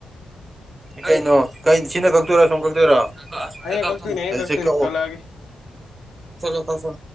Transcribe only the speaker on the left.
ꯑꯩꯅ
ꯀꯛꯇꯣꯏꯅꯦ ꯑꯩꯅ ꯀꯛꯇꯣꯏꯅꯦ ꯀꯛꯂꯛꯑꯒꯦ